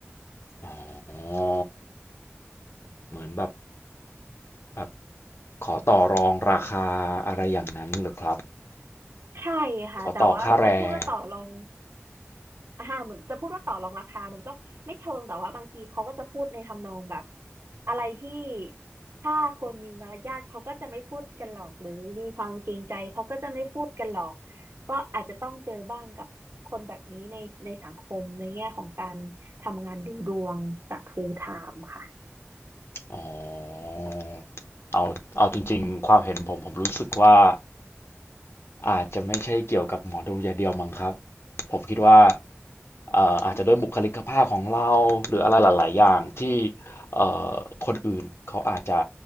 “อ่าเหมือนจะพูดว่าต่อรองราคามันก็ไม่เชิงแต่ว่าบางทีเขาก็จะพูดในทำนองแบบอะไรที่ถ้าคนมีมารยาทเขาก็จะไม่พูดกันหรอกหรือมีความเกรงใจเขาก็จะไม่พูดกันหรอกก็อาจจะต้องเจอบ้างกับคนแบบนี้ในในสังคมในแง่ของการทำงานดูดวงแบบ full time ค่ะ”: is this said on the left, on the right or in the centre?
Right